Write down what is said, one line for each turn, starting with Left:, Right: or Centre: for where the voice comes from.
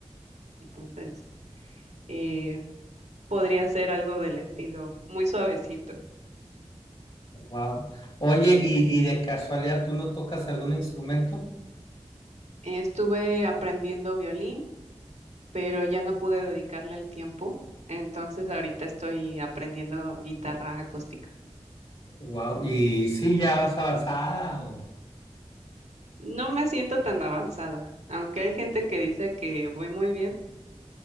Right: Entonces, eh, podría ser algo del estilo muy suavecito.
Left: Wow. Oye, ¿y, y de casualidad tú no tocas algún instrumento?
Right: Estuve aprendiendo violín, pero ya no pude dedicarle el tiempo, entonces ahorita estoy aprendiendo guitarra acústica.
Left: Wow. ¿Y sí ya vas avanzada?
Right: No me siento tan avanzada, aunque hay gente que dice que voy muy bien,